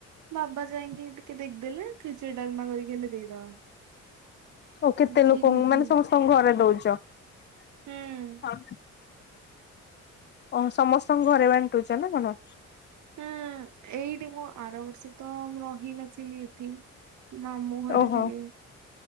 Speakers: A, on the right; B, on the left.
A: ବା ବା ଯାଇକି ଟିକେ ଦେଖିଦେଲେ ଖିଚୁଡ଼ି ଡାଲମା କରିକି ଆମେ ଦେଇଦବା।
B: ଆଉ କେତେ
A: ଖିରି
B: ଲୋକଙ୍କୁ
A: ବି ହୁଁ।
B: ମାନେ ସମସ୍ତଙ୍କୁ ଘରେ ଦଉଛି। ଛ।
A: ହୁଁ
B: ହଁ। ଓ ସମସ୍ତଙ୍କ ଘରେ ବାଣ୍ଟୁଛ ନା କଣ
A: ହୁଁ ଏଇଠି ମୁଁ ଆର ବର୍ଷ ତ ରହି ନଥିଲି ଏଠି ନା ମୁଁ ଘରେ
B: ଓହୋ
A: ଥିଲି।